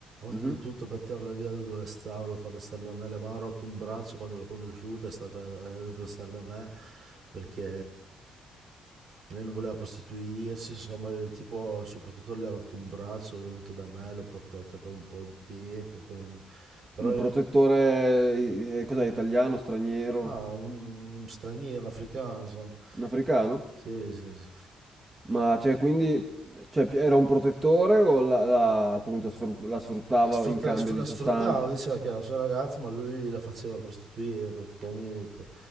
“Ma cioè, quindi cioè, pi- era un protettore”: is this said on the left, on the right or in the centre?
Right